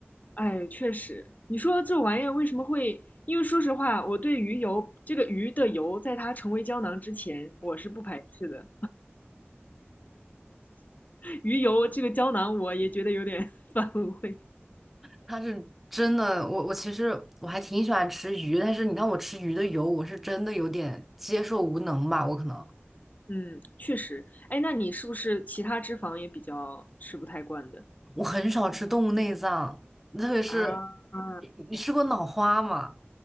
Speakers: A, on the left (about 40°); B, in the centre.
A: 哎，确实，你说这玩意儿为什么会？因为说实话，我对鱼油这个鱼的油，在它成为胶囊之前，我是不排斥的。鱼油这个胶囊，我也觉得有点 <laughs> 反胃。
B: 它是真的，我我其实我还挺喜欢吃鱼，但是你让我吃鱼的油，我是真的有点接受无能吧。我可能
A: 嗯，确实。哎，那你是不是其他脂肪也比较吃不太惯的？
B: 我很少吃动物内脏，特别是
A: 啊，
B: 你你吃过脑花吗？